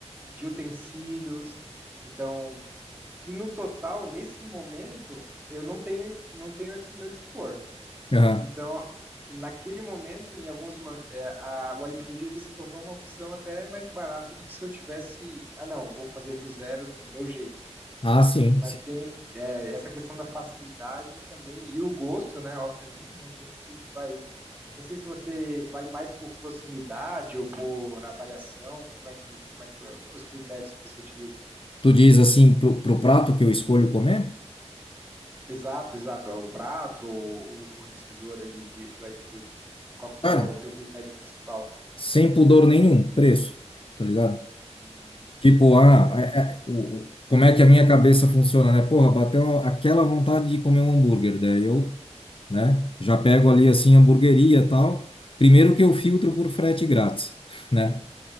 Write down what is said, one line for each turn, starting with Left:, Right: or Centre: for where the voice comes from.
Right: de utensílios. Então, que no total, nesse momento, eu não tenho, não tenho a dis- meu dispor.
Left: Aham.
Right: Então, naquele momento, em alguns mo- é, a, o iFood ele se tornou uma opção até mais barata do que se eu tivesse, ah não, vou fazer do zero do meu jeito.
Left: Ah, sim,
Right: Mas
Left: sim.
Right: tem é, essa questão da facilidade também e o gosto, né? Obviamente, né, a gente sempre vai. Não sei se você vai mais por proximidade ou por avaliação. Como é que, como é que os critérios que você utiliza?
Left: Tu diz assim pro, pro prato que eu escolho comer?
Right: Exato, exato. É O prato, o o fornecedor ali de, do iFood. Qual que
Left: Cara,
Right: é o teu critério principal?
Left: sem pudor nenhum, preço, tá ligado?
Right: Hum,
Left: Tipo, ah,
Right: boa.
Left: é- é- o, o- como é que a minha cabeça funciona, né? Porra, bateu a- aquela vontade de comer um hambúrguer, daí eu, né, já pego ali assim, hamburgueria e tal. Primeiro que eu filtro por frete grátis, <laughs> né?